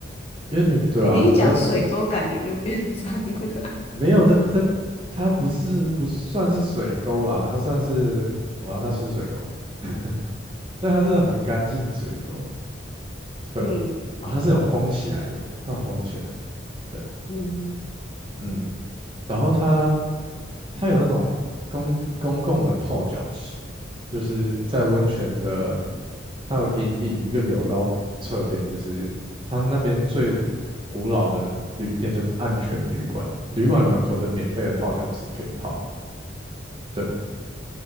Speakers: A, on the right (about 25°); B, on the left (about 30°).
A: 因为你对啊，
B: 诶你一讲水沟，
A: 你比较
B: 感觉就变脏了。
A: 没有它它它不是不算是水沟啦，它算是好吧，它是水沟，<laughs> 但它是很干净的水沟，对，
B: <laughs> 嗯，
A: 它是有封起来的，
B: 好，
A: 它有封起来。对，
B: 嗯，
A: 嗯，然后它它有那种公公共的泡脚池，就是在温泉的，它有引引一个流到侧边，就是它那边最古老的旅店叫做暗泉旅馆，旅馆的门口就是免费的泡脚池可以泡，对，